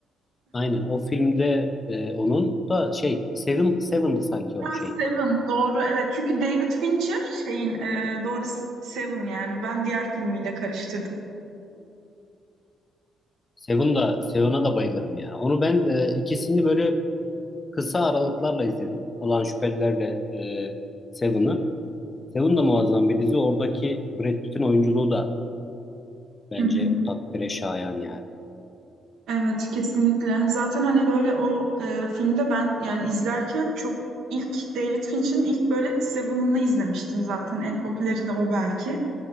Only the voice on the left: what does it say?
aynen o filmde e, onun da şey Seven Seven'dı sanki
o şey.
Seven da Seven'a da bayılırım ya. Onu ben e, ikisini böyle kısa aralıklarla izledim. Olan Şüphelilerle e, Seven'ı. Seven da muazzam bir dizi. Oradaki Brad Pitt'in oyunculuğu da bence
takdire şayan yani.